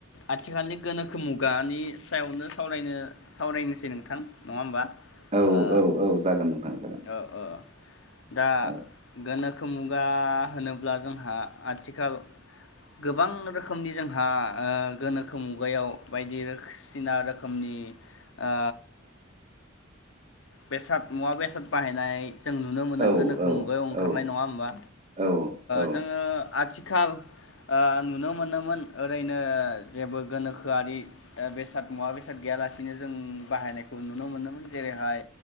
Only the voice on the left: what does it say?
आथिखालनि गोनोखो मुगानि सायावनो सावरायनो साव रायनोसै नोंथां नंङा होमबा?
ओ
ओ ओ दा
गोनोखो मुगा होनोब्ला जोंहा आथिखालाव गोबां रोखोमनि जोंहा गोनोखो मुगायाव बायदिसिना रोखोमनि ओ बेसाद मुवा बेसाद बाहायनाय जों नुनो मोनो
गोनोखो मुगायाव ओंखारनाय
नंङा होमबा।
जोंङो आथिखाल <unintelligible> ओ नुनो मोनोमोन ओरैनो जेबो गोनोखोआरि बेसाद मुवा बेसाद गैया लासिनो जों बाहायनायखौ नुनो मोनोमोन। जेरैहाय